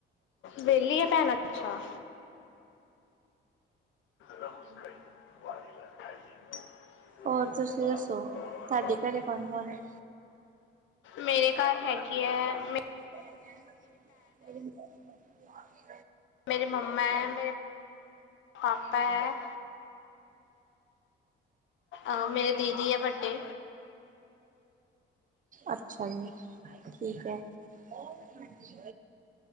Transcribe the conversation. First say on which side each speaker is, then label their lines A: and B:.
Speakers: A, on the left (about 75°); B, on the right (about 40°).
A: ਵੈਹਲੀ ਹੈ ਭੈਣ ਅੱਛਾ। ਰਊਜ਼ ਖਾਈਏ ਵਾਰੀਲਾ ਖਾਈਏ <unintelligible>
B: ਹੋਰ
A: ਹੋ
B: ਤੁਸੀਂ
A: ਤੁਸੀ
B: ਦੱਸੋ
A: ਦਸੋ
B: ਤੁਹਾਡੇ
A: ਤਵਢੇ ਘਰੇ?
B: ਕੌਣ ਕੌਣ ਹੈ
A: ਮੇਰੇ ਘਰ ਹੈਗੇ। ਕੀ ਹੈ ਮੈਂ
B: <unintelligible>
A: ਮੇਰੀ ਮੰਮਾ ਹੈ ਮੇਰੇ ਪਾਪਾ ਹੈ। ਅ ਮੇਰੇ ਦੀਦੀ ਹੈ ਵੱਡੇ।
B: ਅੱਛਾ ਜੀ ਠੀਕ ਹੈ। ਹਾਂਜੀ।